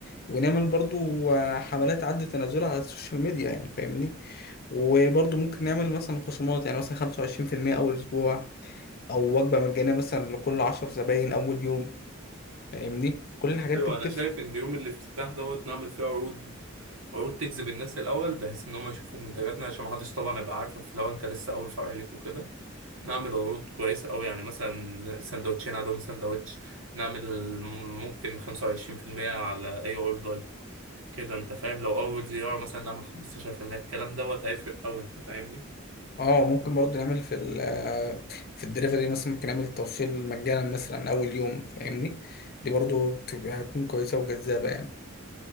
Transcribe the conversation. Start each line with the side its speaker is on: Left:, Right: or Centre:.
Left: ونعمل برضو آه، حملات عد تنازلها على السوشيال ميديا يعني فاهمني وبرضو ممكن نعمل مثلا خصومات يعني مثلا 25% أول أسبوع أو وجبة مجانية مثلا لكل عشر زباين أول يوم فاهمني كل الحاجات
Right: ايوه
Left: دي بتفرق
Right: انا شايف ان يوم الافتتاح دوت نعمل فيه عروض عروض تجذب الناس الاول بحيث ان هم يشوفوا منتجاتنا عشان محدش طبعا يبقى عارفك لو انت لسه اول فرع ليك وكده نعمل عروض كويسه قوي يعني مثلا سندوتشين عليهم سندوتش نعمل ممكن 25% على اي اوردر كده انت فاهم لو اول زياره مثلا نعمل 15% الكلام دوت هيفرق قوي انت فاهمني
Left: اه ممكن برضه نعمل في ال في الدليفري مثلا ممكن نعمل التوصيل مجانا مثلا اول يوم فاهمني دي برضه بتبقى هتكون كويسه وجذابه يعني